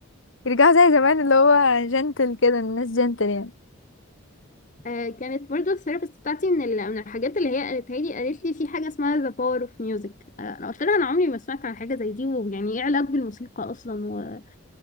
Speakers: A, on the left; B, on the left.
A: يرجعوا زي زمان اللي هو جنتل كده الناس جنتل يعني
B: آه، كانت برضو الثيرابيست بتاعتي من ال- من الحاجات اللي هي قالتها لي قالت لي في حاجة اسمها ذا باور اوف ميوزك انا قلت لها انا عمري ما سمعت عن حاجة زي دي ويعني ايه علاج بالموسيقى اصلا